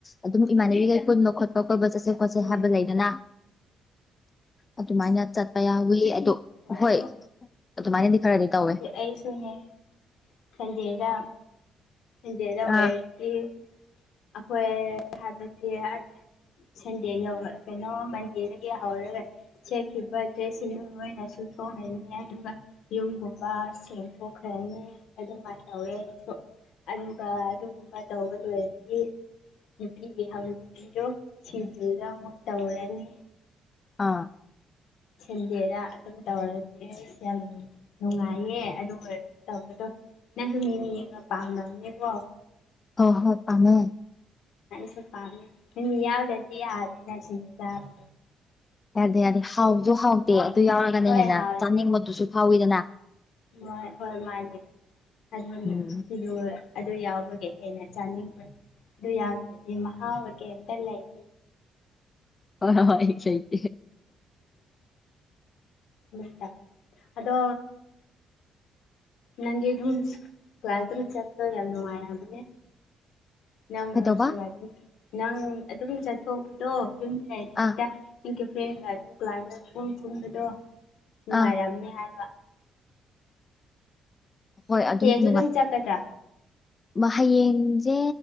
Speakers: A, on the left (about 30°); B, on the left (about 80°).
A: ꯑꯗꯨꯝ ꯏꯃꯥꯟꯅꯕꯤꯒꯩ ꯄꯨꯟꯕ ꯈꯣꯠꯄ ꯀꯣꯏꯕ ꯆꯠꯁꯦ ꯈꯣꯠꯁꯦ
B: ꯎꯝ
A: ꯍꯥꯏꯕ ꯂꯩꯗꯅ ꯑꯗꯨꯃꯥꯏꯅ ꯆꯠꯄ ꯌꯥꯎꯋꯤ ꯑꯗꯣ
B: ꯑꯣ
A: ꯍꯣꯏ ꯑꯗꯨꯃꯥꯏꯅꯗꯤ ꯈꯔꯥꯗꯤ ꯇꯧꯋꯦ
B: ꯑꯩꯁꯨꯨꯅꯦ ꯈꯪꯗꯦꯗ ꯁꯟꯗꯦꯗꯥ ꯑꯣꯏꯔꯗꯤ
A: ꯑꯥ
B: ꯑꯩꯈꯣꯏ ꯍꯥꯏꯕꯗꯤ ꯁꯟꯗꯦ ꯌꯧꯔꯣꯏ ꯀꯩꯅꯣ ꯃꯟꯗꯦꯗꯥꯒꯤ ꯍꯧꯔꯒ ꯁꯦꯠꯈꯤꯕ ꯗ꯭ꯔꯦꯁ ꯁꯤꯡꯗꯣ ꯂꯣꯏꯅ ꯁꯨꯗꯣꯛ ꯍꯟꯅꯤ ꯑꯗꯨꯒ ꯌꯨꯝꯒꯨꯝꯕ ꯁꯦꯡꯇꯣꯛ ꯈ꯭ꯔꯅꯤ ꯑꯗꯨꯃꯥꯏꯅ ꯇꯧꯋꯦ ꯑꯩꯁꯨ ꯑꯗꯨꯒ ꯑꯗꯨꯒꯨꯝꯕ ꯇꯧꯕ ꯂꯣꯏꯔꯗꯤ ꯅꯨꯄꯤꯒꯤ ꯍꯧꯅꯕꯤꯗꯣ ꯁꯤꯡꯖꯨꯗ ꯑꯃꯨꯛ ꯇꯧꯔꯥꯅꯤ
A: ꯑꯥ
B: ꯁꯟꯗꯦꯗꯥ ꯑꯗꯨꯝ ꯇꯧꯔꯗꯤ ꯑꯁ ꯌꯥꯝ ꯅꯨꯡꯉꯥꯏꯌꯦ ꯑꯗꯨ ꯑꯣꯏꯔꯒ ꯇꯧꯕꯗꯣ ꯅꯪꯁꯨ ꯃꯤ ꯃꯤꯒ ꯌꯦꯟꯒ ꯄꯥꯝꯔꯝꯅꯤꯀꯣ
A: ꯍꯣ ꯍꯣꯏ ꯄꯥꯝꯃꯦ
B: ꯁꯨ ꯄꯥꯝ ꯃꯤ ꯌꯥꯎꯗꯗꯤ ꯌꯥꯗꯦ ꯅꯁꯤꯗꯗ
A: ꯌꯥꯗꯦ ꯌꯥꯗꯦ ꯍꯥꯎꯗꯣ ꯍꯥꯎꯗꯦ
B: ꯍꯣꯏ
A: ꯑꯗꯨ ꯌꯥꯎꯔꯒꯅꯦ
B: ꯍꯣꯏ
A: ꯍꯦꯟꯅ
B: ꯍꯥꯎꯗꯤ
A: ꯆꯥꯅꯤꯡꯕꯗꯨꯁꯨ ꯐꯥꯎꯋꯤꯗꯅ
B: ꯍꯣꯏ ꯍꯣꯏ ꯃꯥꯅꯦꯦ ꯑꯗꯨꯅꯤꯗ
A: ꯎꯝ
B: ꯑꯗꯨ ꯌꯥꯎꯕꯒꯤꯦ ꯍꯦꯟꯅ ꯆꯥꯅꯤꯡꯗ꯭ꯔꯦ ꯑꯗꯨ ꯌꯥꯎꯗꯗꯤ ꯃ ꯃꯍꯥ ꯑꯣꯏꯇꯦ ꯑꯦꯟꯅꯦ ꯍꯥꯏ
A: ꯍꯣꯏ ꯍꯣꯏ ꯁꯩ
B: ꯎꯝ ꯇ ꯑꯗꯣ ꯅꯪꯒꯤ ꯑꯗꯨꯝ ꯀ꯭ꯂꯥꯁ ꯑꯗꯨꯝ ꯆꯠꯄꯗꯣ ꯌꯥꯝ ꯅꯨꯡꯉꯥꯏꯔꯕꯅꯦ ꯅꯪ ꯃꯔꯨꯞꯁꯤꯅ
A: ꯀꯩꯗꯧꯕ
B: ꯑꯗꯨꯝ ꯅꯪ ꯑꯗꯨꯝ ꯆꯠꯊꯣꯛꯄꯗꯣ ꯌꯨꯝꯗꯉꯩꯗꯕꯤꯗ
A: ꯑꯥ
B: ꯑꯩꯒꯤ ꯐ꯭ꯔꯦꯟꯒ ꯑꯗꯨꯝ ꯀ꯭ꯂꯥꯏ ꯄꯨꯡ ꯄꯨꯟꯕꯗꯣ ꯅꯨꯡꯉꯥꯏꯔꯝꯅꯤ
A: ꯑꯥ
B: ꯍꯥꯏꯕ
A: ꯍꯣꯏ ꯑꯗꯨꯝ
B: ꯍꯌꯦꯡꯁꯨ
A: ꯅꯨꯡꯉꯥꯏ
B: ꯆꯠꯀꯗ꯭ꯔꯥ
A: ꯍꯌꯦꯡꯁꯦ